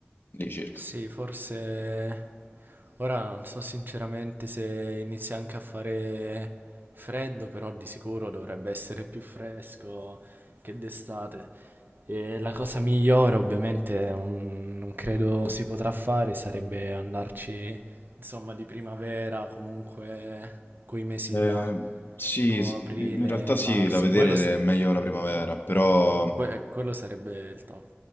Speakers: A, on the left (about 55°); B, on the right (about 55°).
A: lì circa.
B: Sì, forse ora non so sinceramente se inizia anche a fare freddo, però di sicuro dovrebbe essere più fresco che d'estate. E la cosa migliore, ovviamente, non, non credo si potrà fare, sarebbe andarci, insomma, di primavera, comunque quei mesi
A: Eh,
B: là,
A: sì,
B: tipo
A: s-
B: aprile,
A: in in realtà sì,
B: marzo.
A: da vedere
B: Quello, sa-
A: è meglio la primavera, però...
B: que- quello sarebbe il top.